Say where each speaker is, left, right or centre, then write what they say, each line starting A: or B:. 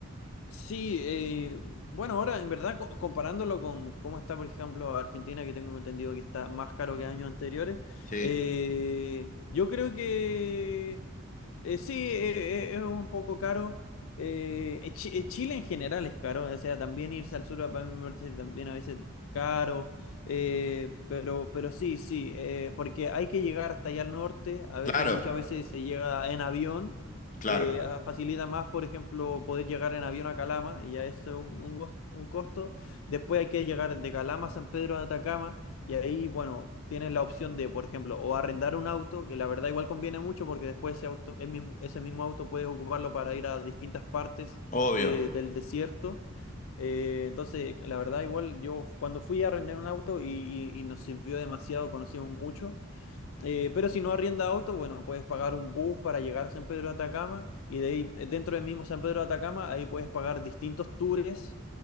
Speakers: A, on the left; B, on the left.
A: Sí, eh, bueno, ahora en verdad co- comparándolo con cómo está, por ejemplo, Argentina, que tengo entendido que está más caro que años anteriores,
B: Sí,
A: eh, yo creo que eh, sí, eh, eh, es un poco caro. Eh, eh, Chi- eh, Chile en general es caro, o sea, también irse al sur para mí me parece también a veces caro, eh, pero, pero sí, sí, eh, porque hay que llegar hasta allá al norte, a veces,
B: claro,
A: muchas veces se llega en avión
B: claro,
A: eh, a- facilita más, por ejemplo, poder llegar en avión a Calama, y ya eso es un, un gos- un costo. Después hay que llegar de Calama a San Pedro de Atacama, y ahí, bueno, tienes la opción de, por ejemplo, o arrendar un auto, que la verdad igual conviene mucho porque después ese auto, el mismo- ese mismo auto puedes ocuparlo para ir a distintas partes
B: obvio.
A: de- del desierto. Eh, entonces, la verdad, igual yo cuando fui a arrendar un auto y, y- y nos sirvió demasiado, conocimos mucho. Eh, pero si no arrienda auto, bueno, puedes pagar un bus para llegar a San Pedro de Atacama y de ahí, eh, dentro del mismo San Pedro de Atacama, ahí puedes pagar distintos tours,